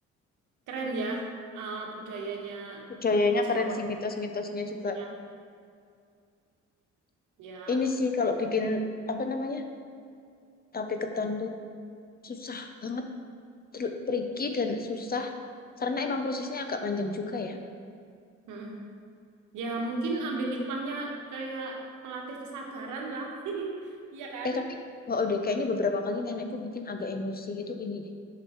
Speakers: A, on the right; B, on the left.
A: keren ya eh, budayanya
B: budayanya
A: Jawa
B: keren sih mitos-mitosnya juga.
A: ya ya
B: Ini sih kalau bikin apa namanya tape ketan tuh susah banget, tr- tricky dan susah karena emang prosesnya agak panjang juga ya.
A: mm-mm. ya mungkin ambil hikmahnya kayak melatih kesabaran lah <laughs> iya kan
B: Eh tapi oh oh deh kayaknya beberapa kali nenekku bikin agak emosi gitu ini deh,